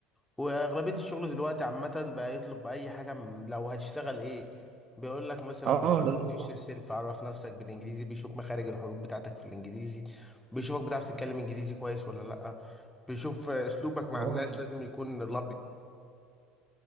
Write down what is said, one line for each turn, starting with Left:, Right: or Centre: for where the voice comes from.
Centre: واغلبيه الشغل دلوقتي عامه بقى يطلب باي حاجه م- لو هتشتغل ايه بيقول لك مثلا
Right: اه آه،
Centre: introduce
Right: لازم لغه
Centre: yourself عرف نفسك بالانجليزي بيشوف مخارج الحروف بتاعتك في الانجليزي بيشوفك بتعرف تتكلم انجليزي كويس ولا لا بيشوف اسلوبك مع
Right: اه
Centre: الناس لازم يكون لبق